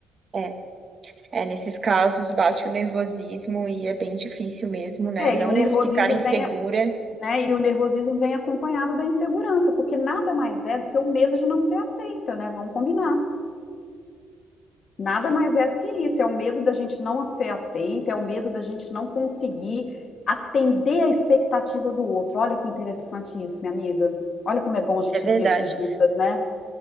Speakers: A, on the right; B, on the left.
A: é, é, nesses casos bate o nervosismo e é bem difícil mesmo, né,
B: É,
A: não
B: e o nervosismo
A: me ficar insegura
B: vem, né? E o nervosismo vem acompanhado da insegurança, porque nada mais é do que o medo de não ser aceita, né? Vamos combinar. Nada
A: Sim,
B: mais é do que isso, é o medo da gente não ser aceita, é o medo da gente não conseguir atender a expectativa do outro. Olha que interessante isso, minha amiga. Olha como é bom a gente
A: é verdade.
B: refletir juntas, né?